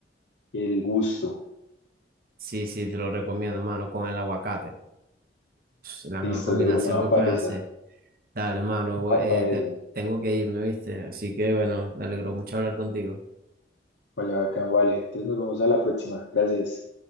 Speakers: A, on the left; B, on the right.
A: el gusto.
B: Sí, sí, te lo recomiendo, mano, con el aguacate. Pss, La mejor
A: Listo,
B: combinación
A: de una, va
B: que puedes
A: para esa,
B: hacer. Dale, mano,
A: va
B: voy- eh,
A: para
B: te-
A: esa.
B: tengo que irme, ¿viste? Así que bueno, me alegró mucho hablar contigo.
A: Vale, bacán, vale. Entonces nos vemos a la próxima. Gracias.